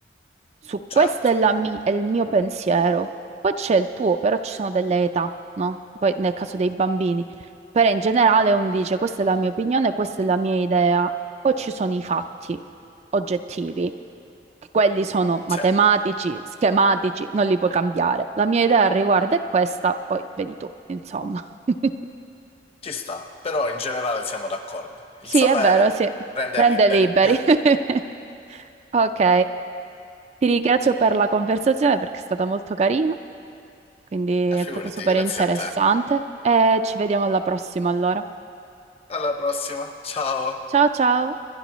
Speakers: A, on the right; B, on the left.
A: Su questo
B: certo,
A: è, la mi- è il mio pensiero. Poi c'è il tuo, però ci sono delle età, no? Poi nel caso dei bambini. Però in generale uno dice questa è la mia opinione, questa è la mia idea. Poi ci sono i fatti oggettivi, che quelli sono matematici,
B: sì,
A: schematici, non li puoi cambiare. La mia idea al riguardo è questa, poi vedi tu, insomma. <laughs>
B: ci sta, però in generale siamo d'accordo. Il
A: Sì,
B: sapere
A: è vero, sì.
B: rende
A: Rende
B: liberi.
A: liberi.
B: <laughs>
A: <laughs> Ok, ti ringrazio per la conversazione perché è stata molto carina. Quindi è
B: E figurati,
A: stata super
B: grazie
A: interessante
B: a te.
A: e ci vediamo alla prossima allora.
B: Alla prossima, ciao.
A: Ciao ciao!